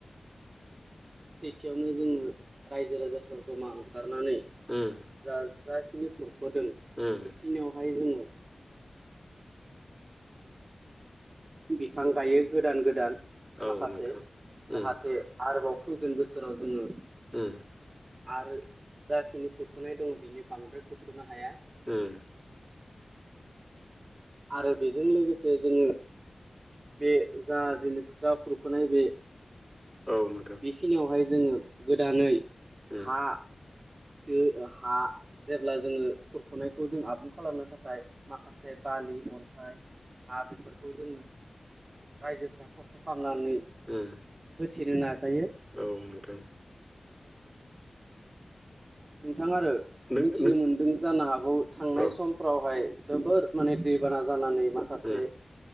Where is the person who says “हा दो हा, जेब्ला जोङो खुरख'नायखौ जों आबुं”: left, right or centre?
Right